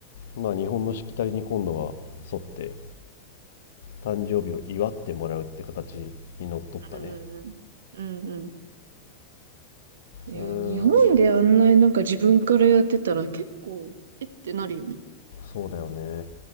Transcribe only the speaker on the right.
うんうんうん。うんうんいや、
日本であんなになんか自分からやってたら結構、えってなるよね。